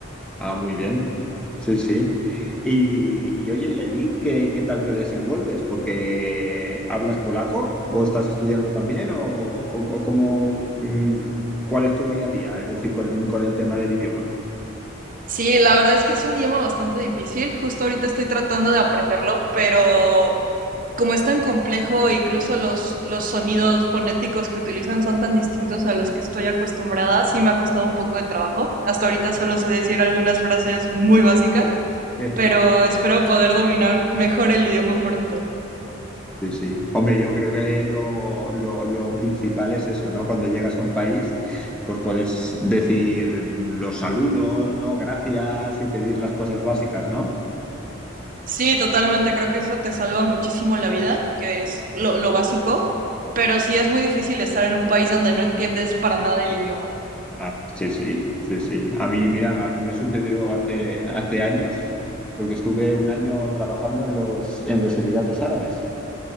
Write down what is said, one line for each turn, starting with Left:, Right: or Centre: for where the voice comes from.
Centre: Ah, muy bien. Sí, sí. Y, y oye, ¿y allí qué, qué tal te desenvuelves? Porque ¿hablas polaco o estás estudiando también o, o- o cómo, mm, cuál es tu día a día? Es decir, con, con el tema del idioma.
Right: Sí, la verdad es que es un idioma bastante difícil. Justo ahorita estoy tratando de aprenderlo, pero como es tan complejo, e incluso los, los sonidos fonéticos que utilizan son tan distintos a los que estoy acostumbrada, sí me ha costado un poco de trabajo. Hasta ahorita solo sé decir algunas frases muy básicas.
Centre: Eh,
Right: pero espero poder dominar mejor el idioma pronto.
Centre: Sí, sí. Hombre, yo creo que lo, lo, lo principal es eso, ¿no? Cuando llegas a un país, pues puedes decir los saludos, ¿no? Gracias y pedir las cosas básicas, ¿no?
Right: Sí, totalmente, creo que eso te salva muchísimo la vida, que es lo, lo básico, pero sí es muy difícil estar en un país donde no entiendes para nada el idioma.
Centre: Ah, sí, sí, sí, sí. A mí, mira, a mí me sucedió hace, hace años, porque estuve un año trabajando en los, en los Emiratos Árabes.